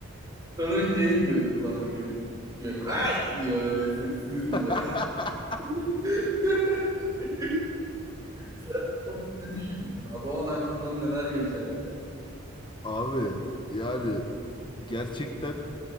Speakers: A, on the right; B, on the left.
A: Sonra şey diyor kulağına gelip. Yok hay diyor öyle sessiz
B: <laughs>
A: diyor. <laughs> Sen ne düşünürsün abi? O an aklından neler geçerdi yani.
B: Abi yani gerçekten